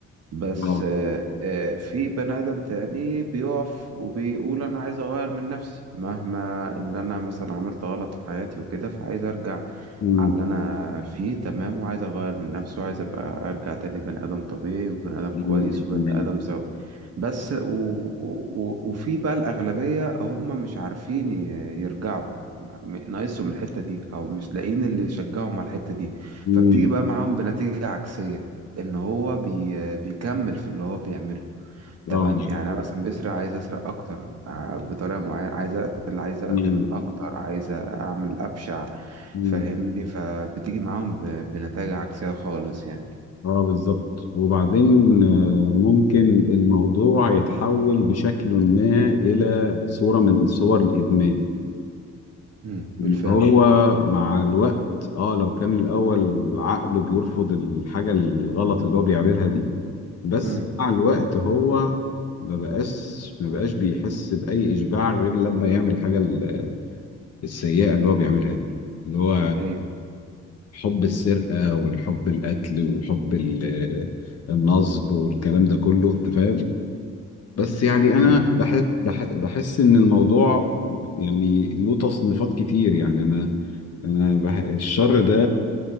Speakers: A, on the right (about 55°); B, on the left (about 55°).
A: بس
B: اه
A: آه، آه، في بني آدم تاني بيقف وبيقول أنا عايز أغير من نفسي مهما إن أنا مثلا عملت غلط في حياتي وكده فعايز أرجع
B: مم.
A: على اللي أنا فيه تمام وعايز أغير من نفسي وعايز أبقى أرجع تاني بني آدم طبيعي وبني آدم
B: مم.
A: كويس وبني
B: مم.
A: آدم سوي بس و... و... وفي بقى الأغلبية هم مش عارفين ي- يرجعوا م- ناقصهم الحتة دي أو مش لاقيين اللي يشجعهم على الحتة دي
B: مم.
A: فبتيجي بقى معاهم بنتيجة عكسية ان هو بي بيكمل في اللي هو بيعمله تمام
B: اه
A: يعني انا مثلا بسرق عايز اسرق اكتر آه، بطريقه معينه عايز اقتل عايز اقتل
B: مم.
A: اكتر عايز اعمل ابشع
B: مم.
A: فاهمني فبتيجي معاهم ب- بنتائج عكسيه خالص يعني
B: اه بالظبط وبعدين آه، ممكن الموضوع يتحول بشكل ما إلى صورة من صور الإدمان
A: امم
B: مم.
A: بالفعل
B: هو مع الوقت اه لو كان الأول عقله بيرفض الحاجة الغلط اللي هو بيعملها دي بس
A: امم
B: مع الوقت هو ما بقاش ما بقاش بيحس بأي إشباع غير لما يعمل الحاجة ال- السيئة اللي هو بيعملها دي اللي هو
A: ايوه
B: حب السرقة والحب القتل وحب ال- النصب والكلام ده كله أنت فاهم بس يعني أنا
A: امم
B: بحس بحس إن الموضوع يعني له تصنيفات كتير يعني أنا أنا بح... الشر ده